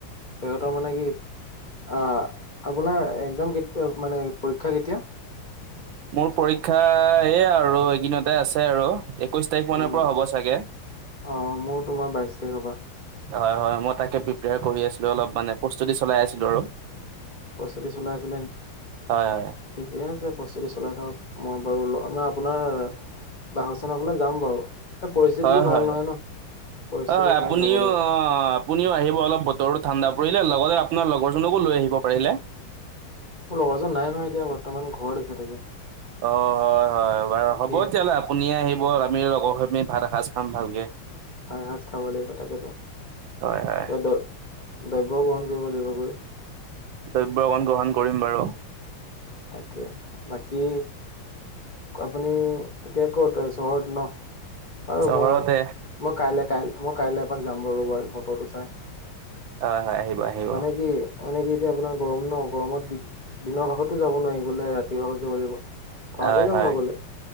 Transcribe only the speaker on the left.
তেখেতৰ মানে কি অ আপোনাৰ এক্জাম কেতয়া মানে পৰীক্ষা কেতিয়া?
উম
অ' মোৰ তোমাৰ বাইশ তাৰিখৰ পৰা
প্ৰস্তুতি চলাই আছিলে নেকি?
ঠিকে আছে প্ৰস্তুতি চলাই থাকক মই বাৰু মই আপোনাৰ বাসস্থানৰ ফালে যাম বাৰু এই পৰিস্থিতিটো
ভাল
নহয় ন পৰিস্থিতি
চাই
যাব লাগিব৷
মোৰ লগৰজন নাই নহয় এতিয়া বৰ্তমান ঘৰত আছে তেখেত।
এতিয়া
ভাত এসাজ খাব লাগিব তাকেতো
কিবা দ দ্ৰব্য গ্ৰহণ কৰিব লাগিব গৈ।
তাকে বাকী আপুনি এতিয়া কত চহৰত ন বাৰু
মই মই কাইলৈ কাই মই কাইলৈ এপাক যাম বাৰো ৰবা বতৰটো চাই।
মানে কি মানে কি এতিয়া আপোনাৰ গৰম ন গৰমত দি দিনৰ ভাগত তো যাব নোৱাৰি গলে ৰাতিৰ ভাগত যাব লাগিব৷ থকাকে
যাম বাৰু গ'লে